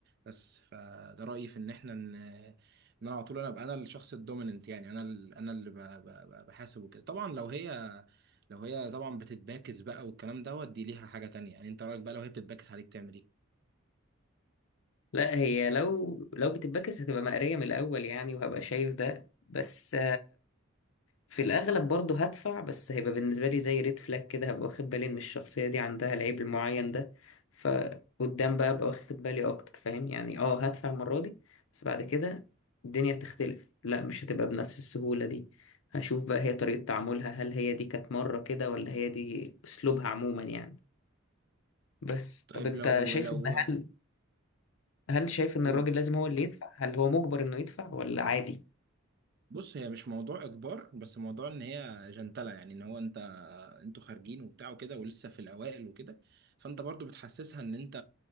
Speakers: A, on the right (about 50°); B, on the left (about 70°).
A: بس فده رأيي في ان احنا ان ان انا على طول انا ابقى انا الشخص الدوميننت يعني انا ال- انا اللي ب- ب- ب- بحاسب وكده طبعا لو هي لو هي طبعا بتتباكس بقى والكلام دوت دي ليها حاجة تانية يعني انت رأيك بقى لو هي بتتباكس عليك تعمل ايه
B: لا هي لو لو بتتبكس هتبقى مقرية من الاول يعني وهبقى شايف ده بس في الأغلب برضه هدفع بس هيبقى بالنسبة لي زي ريد فلاج كده هبقى واخد بالي إن الشخصية دي عندها العيب المعين ده فقدام بقى أبقى واخد بالي أكتر فاهم يعني أه هدفع المرة دي بس بعد كده الدنيا تختلف لا مش هتبقى بنفس السهولة دي هشوف بقى هي طريقة تعاملها هل هي دي كانت مرة كده ولا هي دي أسلوبها عموما يعني بس
A: طيب
B: طب أنت
A: لو
B: شايف
A: لو
B: إن هل هل شايف إن
A: قول
B: الراجل لازم هو اللي يدفع هل هو مجبر إنه يدفع ولا عادي؟
A: بص هي مش موضوع اجبار بس موضوع ان هي جنتله يعني ان هو انت انتوا خارجين وبتاع وكده ولسه في الاوائل وكده فانت برضو بتحسسها ان انت